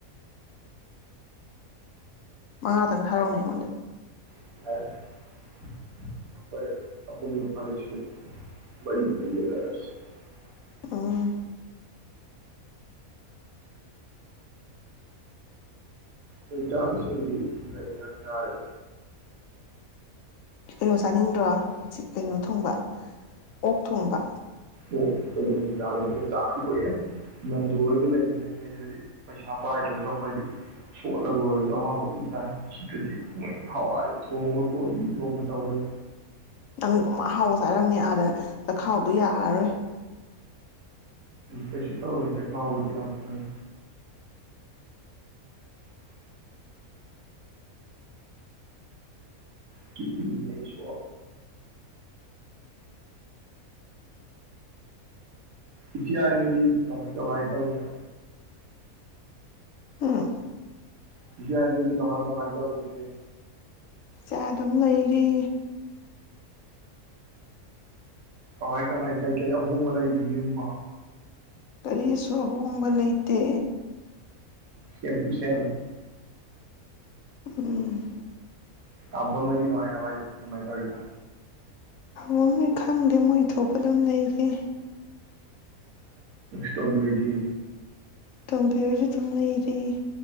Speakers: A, on the left; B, on the right.
A: ꯃꯉꯥꯗꯪ ꯊꯥꯔꯛꯅꯦ ꯑꯩꯉꯣꯟꯗ
B: ꯑꯈꯅ ꯈ ꯄꯁ
A: ꯑꯥꯝ
B: ꯑꯩꯩ ꯆꯥꯛ ꯏꯁꯤꯡꯗꯤ ꯀꯩꯅ ꯌꯥꯝ ꯆꯥꯔꯦ
A: ꯀꯩꯅꯣ ꯆꯥꯅꯤꯡꯗ꯭ꯔꯣ ꯁꯤ ꯀꯩꯅꯣ ꯊꯣꯡꯕ ꯑꯣꯛ ꯊꯣꯡꯕ
B: ꯑꯣ ꯑꯩꯈꯣꯏꯗꯁꯨ ꯆꯥꯗꯅꯤꯣꯡ ꯆꯥꯛ ꯌꯥꯝ ꯀꯏꯑꯦ ꯂꯟꯗꯔꯒ ꯂꯩꯃꯤꯟꯅꯉꯩꯗꯗꯤ ꯄꯩꯁꯥ ꯄꯥꯏꯗ꯭ꯔꯁꯨ ꯑꯩꯈꯣꯏꯗꯤ ꯁꯣꯠꯂꯒ ꯑꯣꯏꯔꯁꯨ ꯑꯍꯥꯎꯕ ꯑꯗꯨꯝ ꯇꯥꯏ ꯁꯤꯗꯗꯤ ꯃꯣꯏ ꯍꯋꯥꯏ ꯊꯣꯡꯕ ꯀꯣꯕꯤ ꯊꯣꯡꯕ ꯇꯧꯔꯦ
A: ꯅꯇꯪꯗꯝ ꯑꯃ ꯍꯥꯎꯕ ꯆꯥꯔꯝꯅꯤ ꯑꯥꯗ ꯆꯈꯥꯎꯗꯨꯣ ꯌꯥꯔꯔꯣꯏ
B: ꯀꯩꯁꯨ ꯇꯧꯁꯦ ꯈꯥꯎꯕꯨꯗꯤ ꯑꯇꯅꯤ ꯀꯤꯟꯗꯦꯌꯅꯤ ꯏꯤ ꯍꯥꯏꯗꯤ ꯀꯃꯥꯏ ꯀ ꯋꯥꯏ ꯇꯧꯒ
A: ꯎꯝ
B: ꯌꯥꯗꯤ ꯀꯃꯥꯏ ꯀꯃꯥꯏ ꯇꯧꯖꯦ
A: ꯀꯌꯥ ꯑꯗꯨꯝ ꯂꯩꯔꯤ
B: ꯀꯃꯥꯏ ꯀꯃꯥꯏ ꯀꯩꯀꯩ ꯑꯍꯣꯡꯕ ꯂꯩꯒ ꯌꯨꯝꯕ
A: ꯀꯔꯤꯁꯨ ꯑꯍꯣꯡꯕ ꯂꯩꯇꯦ
B: ꯁꯦꯝꯝ ꯇꯨ ꯁꯦꯝꯝ
A: ꯎꯝ
B: ꯇꯥꯎ ꯅꯣꯏꯗꯤ ꯀꯃꯥꯏ ꯀꯃꯥꯏ ꯀꯃꯥꯏ ꯇꯧꯔꯤꯔꯤꯕ
A: ꯑꯝ ꯈꯪꯗꯦ ꯃꯣꯏ ꯊꯣꯛꯄ ꯑꯗꯨꯝ ꯂꯩꯔꯤ
B: ꯁꯒꯤ ꯑꯣꯏꯒꯤ
A: ꯇꯣꯝꯕꯤ ꯍꯣꯏꯁꯨ ꯑꯗꯨꯝ ꯂꯩꯔꯤ